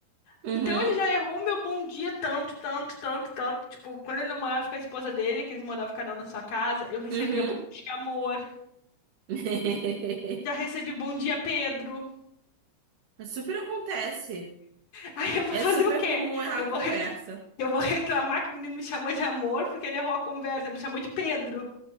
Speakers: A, on the right (about 85°); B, on the left (about 80°).
A: Uhum,
B: Então ele já errou meu bom dia tanto, tanto, tanto, tanto. Tipo, quando ele namorava com a esposa dele, que eles moravam cada um na sua casa, eu recebia
A: uhum.
B: bom dia, amor.
A: <laughs>
B: Já recebi bom dia, Pedro.
A: Super acontece.
B: Aí eu vou
A: É
B: fazer
A: super
B: o quê?
A: comum errar
B: Eu
A: a
B: vou,
A: conversa.
B: re- eu vou reclamar que o menino me chamou de amor porque ele errou a conversa, me chamou de Pedro.